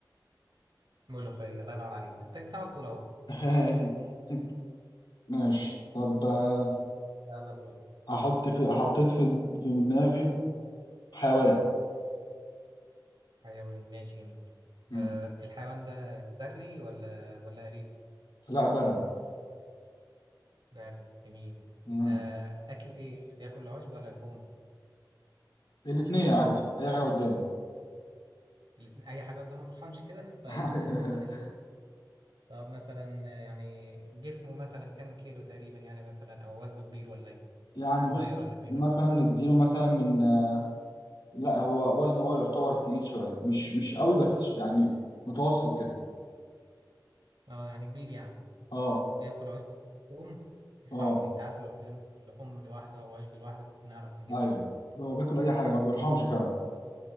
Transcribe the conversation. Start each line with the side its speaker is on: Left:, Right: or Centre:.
Right: ملوخيه الله ينور عليك انت جبتها على طول اهو
Left: <laughs> ماشي طب آه،
Right: ماشي يلا دورك
Left: احط في حطيت في في دماغي حيوان
Right: حيوان ماشي جميل
Left: مم.
Right: أه الحيوان ده بري ولا ولا أليف؟
Left: لا بري
Right: بري جميل
Left: مم.
Right: أه أكل إيه؟ يعني بياكل العشب ولا لحوم؟
Left: الاتنين عادي اي حاجه قدامه
Right: الاتنين اي حاجه قدام ما برحمش كده طيب
Left: <laughs>
Right: ال... طب مثلا يعني جسمه مثلا كام كيلو تقريبا يعني مثلا او وزنه كبير ولا ايه
Left: يعني
Right: صغير
Left: بص
Right: ولا كبير
Left: مثلا
Right: ولا إيه؟
Left: نديله مثلا من آه، لا هو وزنه اه يعتبر تقيل شويه مش مش قوي بس ش- يعني متوسط كده
Right: اه يعني كبير يعني
Left: اه
Right: وبياكل عشب لحوم صعبة
Left: اه
Right: دي انت عارف لو قلت لي مثلاً لحوم لوحده او عشب لوحده كنت نعرف نجيب
Left: ايوه
Right: لك
Left: هو بياكل اي حاجه ما بيرحمش كده